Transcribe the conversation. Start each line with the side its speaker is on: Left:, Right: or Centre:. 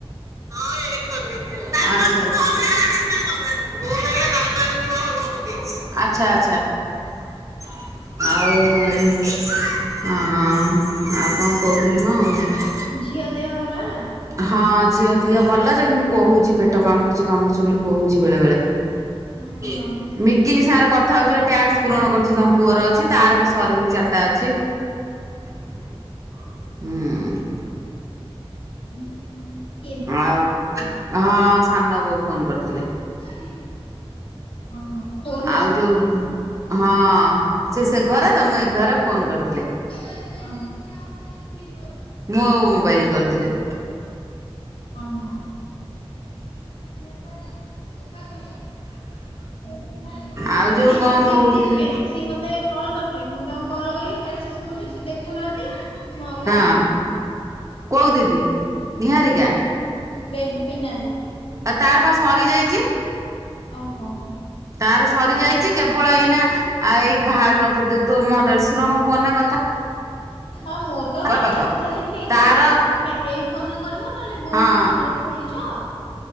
Right: ହଁ ଏଇଠି ଆଚ୍ଛା ଆଚ୍ଛା <unintelligible> <unintelligible> ଆଚ୍ଛା ଆଚ୍ଛା ଆଉ ହଁ ଆଉ କଁ କଉଥିଲି ମ
Left: ଝିଅ ଦେହ ଭଲ ହେଲା?
Right: ହଁ ଝିଅ ଦେହ ଭଲଯେ, କିନ୍ତୁ କହୁଚି ପେଟ କାମୁଡ଼ିଚି କାମୁଡ଼ିଚି ବୋଲି କହୁଚି ବେଳେବେଳେ।
Left: ଓହୋ
Right: କିଏ ନି ଟିକିଲି ସାଙ୍ଗରେ କଥା ହଉଚିପା ଟ୍ୟାକ୍ସ ପୂରଣ କରୁଚି ତମ ପୁଅର ଅଛି ତାରବି ସରିନି ଚାରିଟା ଅଛି।
Left: <inaudible>
Right: ହୁଁ।
Left: <unintelligible>
Right: ଆଉ ହଁ ସାନ ବୋଉ ଫୋନ୍ କରିଥିଲେ।
Left: <inaudible> ହଁ ହଁ
Right: ଆଉ ଯୋଉ ହଁ ସେ ଘରେତ ମୁଁ ଏଘରେ ଫୋନ୍ କରିଥିଲେ।
Left: <unintelligible>
Right: ମୋ ମୋବାଇଲକି କରିଥିଲେ।
Left: ଅଁ ହଁ <unintelligible>
Right: ଆଉ
Left: ସେଇ
Right: କଣ
Left: ଯୋଉ ଦିଦି
Right: କହୁଥିଲେ
Left: ନୁହେଁ ସିଏ ମତେ କଲ୍ କରିଥିଲେ, ମୁଁ ତାଙ୍କୁ କଲ୍ କଲି ମେସେଜ୍ କରୁଚି ସେ ଦେଖୁନାହାନ୍ତି। ମୁଁ ଆଉ କଲିନି
Right: ହଁ କୋଉ ଦିଦି? ନିହାରିକା
Left: ସେଇ ବେବିିନା ଦିଦି।
Right: ଆଉ ତାରବା ସରିଯାଇଚି।
Left: ଓହୋ।
Right: ତାର ସରି ଯାଉଚି କେବଳ ଏଇନା ଏଇ ଭା ତମ ଦେଢଶୁରଙ୍କ ଫୋନରେ କଥା
Left: ହଁ ମୋର ଆଉ
Right: ପାଖାପାଖ
Left: ଚାରିଟା କଥା ହେଲେ ହେଇଯିବ
Right: ତାର
Left: ତମେ ଏଇ ଫୋନରେ କରିବ ନହେଲେ ବୋଉଙ୍କ
Right: ହଁ
Left: ଫୋନରେ ବା ଖୋଲିଚ?